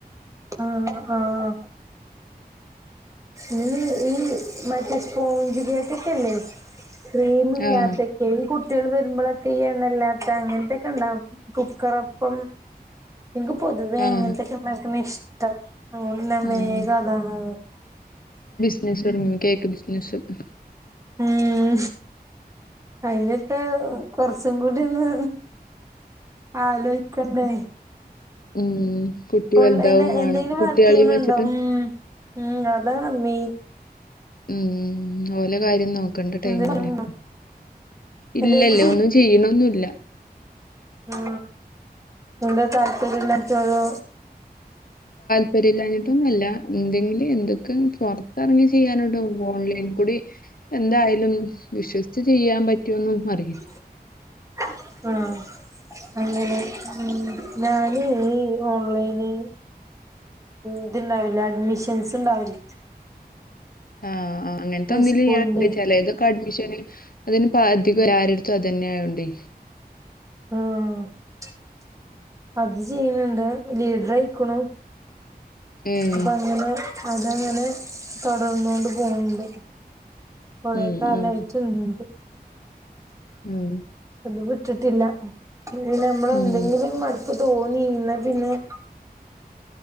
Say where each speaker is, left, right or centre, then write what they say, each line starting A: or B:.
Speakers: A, on the right (about 20°); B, on the left (about 60°).
A: ആഹ് ആഹ് ഇന്ന് ഈ മറ്റേ സ്പോഞ്ച് കേക്കൊക്കെല്ലേ ക്രീമ് ഇല്ലാത്ത
B: ആഹ്
A: കേ കുട്ട്യേള് വര്മ്പളൊക്കെ ഈ എണ്ണല്ലാത്ത അങ്ങനത്തെക്കെണ്ടാവും കുക്കറപ്പം ഇൻക്ക് പൊതുവെ
B: ആഹ്
A: അങ്ങനത്തൊക്കെണ്ടാക്കിന്നെ ഇഷ്റ്റം <unintelligible> നാ വേഗതാ
B: ഉം
A: നോ
B: <unintelligible> കേക്ക് ബിസിനസൊക്കെ
A: ഉം.. അയിനൊക്കെ കൊറച്ചും കൂടി ന്ന് ആലോയിക്കണ്ടേ
B: ഉം കുട്ടി
A: ഓൺലൈന്
B: വലുതാവും വേണം
A: എന്തെങ്കിലും
B: കുട്ടികളെയും
A: വർക്കിയിണ്ണ്ണ്ടോ?
B: വെച്ചിട്ട്
A: ഉം ഉം അതാ നമ്മീ
B: ഉം ഓലെ കാര്യം നോക് കണ്ട ടൈമല്ലേ,
A: എന്തെലും
B: ഇല്ലല്ല
A: എന്തേലും
B: ഒന്നും ചെയ്യ്ണൊന്നുല്ല
A: ആ എന്താ താൽപര്യം ഇല്ലാത്ത <unintelligible> ഓരോ
B: താല്പര്യല്ലാഞ്ഞിട്ടൊന്നല്ല ന്തെങ്കിലും എന്തൊക്കെ പൊറത്ത്റങ്ങി ചെയ്യാനോടോ ഓൺലൈന്ക്കുടി എന്തായാലും വിശ്വസിച്ച് ചെയ്യാൻ പറ്റോന്നെന്നും അറിയ്
A: <inaudible> ആഹ് അങ്ങനെ ഉം ഞാന് ഈ ഓൺളെെന് ഇത്ണ്ടാവല്ലേ അഡ്മിഷൻസ്ണ്ടാവല്ലേ
B: ആഹ് അങ്ങൻത്തൊന്നില്
A: സ്കൂളിന്റെ
B: ഞാണ്ട് ചെലെത് അഡ്മിഷന് അതിന് പ അധികം ആരട്ത്തും അതന്നെ ആയോണ്ടെ
A: ആഹ് - അത് ചെയ്യുന്നുണ്ട് ലീഡർയിക്കണു-
B: ഏഹ്
A: അപ്പ അങ്ങനെ അതങ്ങനെ തൊടർന്നോണ്ട് പോന്നുണ്ട്- കൊറെ
B: ഉം
A: കാലായിട്ടുണ്ട്-
B: ഉം ഉം
A: ഇത് വിട്ടിട്ടില്ല നമ്മള
B: ഉം
A: എന്തെങ്കിലും മടു തോന്നീന്ന പിന്നെ -